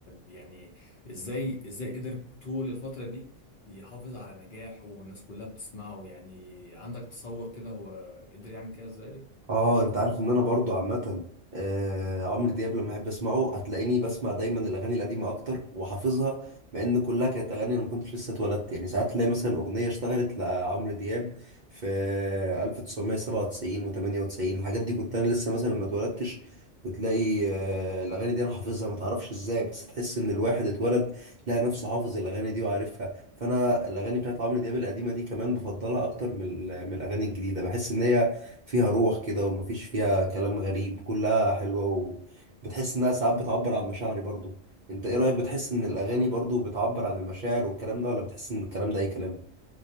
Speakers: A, on the left; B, on the right.
A: يعني ازاي ازاي قدر طول الفتره دي يحافظ على نجاحه والناس كلها بتسمعه يعني عندك تصور كده هو قدر يعمل كده ازاي
B: اه انت عارف ان انا برضو عامه آه عمرو دياب لما احب اسمعه هتلاقيني بسمع دايما الاغاني القديمه اكتر وحافظها مع ان كلها كانت اغاني انا ما كنتش لسه اتولدت يعني ساعات تلاقي مثلا اغنيه اشتغلت لعمرو دياب في 1997 و98 الحاجات دي كنت انا لسه مثلا ما اتولدتش وتلاقي آه الاغاني دي انا حافظها ما تعرفش ازاي بس تحس ان الواحد اتولد لقى نفسه حافظ الاغاني دي وعارفها فانا الاغاني بتاعت عمرو دياب القديمه دي كمان بفضلها اكتر من ال- من الاغاني الجديده بحس ان هي فيها روح كده ومفيش فيها كلام غريب كلها حلوة وبتحس إنها ساعات بتعبر عن مشاعري برضو أنت إيه رأيك بتحس إن الأغاني برضو بتعبر عن المشاعر والكلام ده ولا بتحس إن الكلام ده أي كلام؟